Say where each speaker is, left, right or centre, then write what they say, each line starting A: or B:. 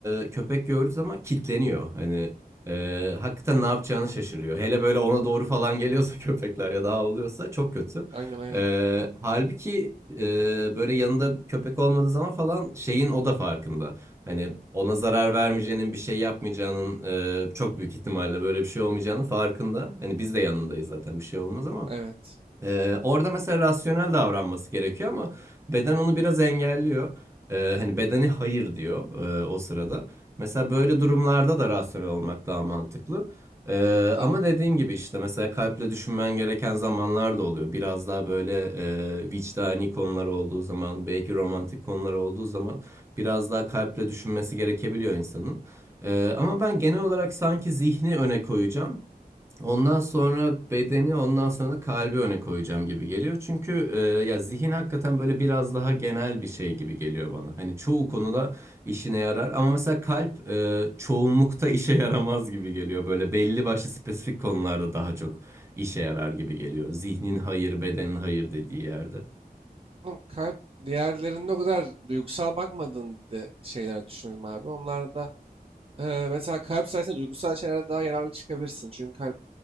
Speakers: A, on the right (about 15°); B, on the right (about 40°).
A: e, köpek gördüğü zaman kitleniyor. Hani ee, hakikaten ne yapacağını şaşırıyor. Hele böyle ona doğru falan geliyorsa <laughs> köpekler ya da havlıyorsa çok kötü.
B: Aynen aynen.
A: Ee, halbuki e, böyle yanında köpek olmadığı zaman falan şeyin o da farkında. Hani ona zarar vermeyeceğinin bir şey yapmayacağının e, çok büyük ihtimalle böyle bir şey olmayacağının farkında. Hani biz de yanındayız zaten bir şey olmaz ama.
B: Evet.
A: Ee, orada mesela rasyonel davranması gerekiyor ama beden onu biraz engelliyor. Ee, hani bedeni hayır diyor e, o sırada. Mesela böyle durumlarda da rasyonel olmak daha mantıklı. Ee,
B: Tabii.
A: ama dediğin gibi işte mesela kalple düşünmen gereken zamanlar da oluyor. Biraz daha böyle e, vicdani konular olduğu zaman, belki romantik konular olduğu zaman biraz daha kalple düşünmesi gerekebiliyor insanın. Ee, ama ben genel olarak sanki zihni öne koyacağım. Ondan sonra bedeni, ondan sonra da kalbi öne koyacağım gibi geliyor. Çünkü e, ya zihin hakikaten böyle biraz daha genel bir şey gibi geliyor bana. Hani çoğu konuda işine yarar ama mesela kalp e, çoğunlukta işe yaramaz gibi geliyor. Böyle belli başlı spesifik konularda daha çok işe yarar gibi geliyor. Zihnin hayır, bedenin hayır dediği yerde.
B: Oğlum, kalp, diğerlerinde o kadar duygusal bakmadığın de şeyler düşünelim abi. Onlarda e, mesela kalp sayesinde duygusal şeylere daha yararlı çıkabilirsin. Çünkü kalp